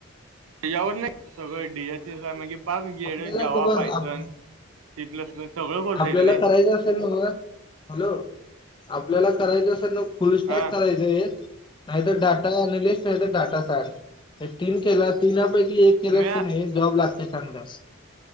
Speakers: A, on the right; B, on the left.
A: <unintelligible> यावर नाही सगळं डीएसीस आहे म्हणजे पा जेड
B: आपल्याला
A: जेवा
B: ग बस
A: पायतन
B: आप-
A: <unintelligible> डी प्लस सगळं कोर्स
B: आपल्याला
A: आहे रे
B: करायचं असेल म्हणूनच हॅलो आपल्याला करायचं असेल ना फुल स्टॉक
A: हा
B: करायचं आहे नाहीतर डाट <unintelligible> डाटा सायन्स तीन केलास तीनपेक्ष ते एक केलंस
A: मी
B: कनी जॉब लागते चगदस